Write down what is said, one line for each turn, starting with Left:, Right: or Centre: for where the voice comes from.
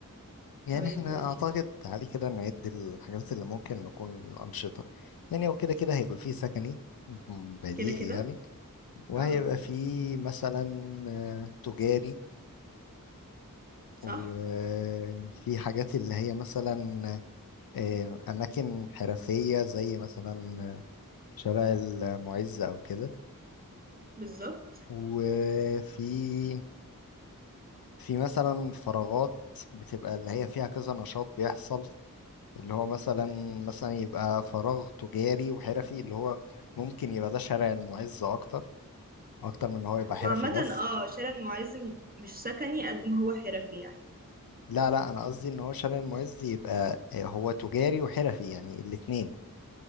Left: يعني
Right: طيب
Left: احنا
Right: قولي
Left: اعتقد تعالي كده نعد الحاجات اللي ممكن نكون الانشطة يعني هو كده كده هيبقى فيه سكني بديهي
Right: كده كده
Left: يعني وهيبقى
Right: اه
Left: فيه مثلا آه، تجاري
Right: صح
Left: وفي حاجات اللي هي مثلا آه، أماكن حرفية زي مثلا شارع المعز أو كده
Right: بالظبط
Left: وفي في مثلا فراغات بتبقى اللي هي فيها كذا نشاط بيحصل اللي هو مثلا مثلا يبقى فراغ تجاري وحرفي اللي هو ممكن يبقى ده شارع المعز أكتر أكتر من إن هو يبقى حرفي
Right: وعامة
Left: بس
Right: اه شارع المعز م- مش سكني قد ما هو حرفي يعني
Left: لا لا انا قصدي ان هو شارع المعز يبقى آه، هو تجاري وحرفي يعني الاتنين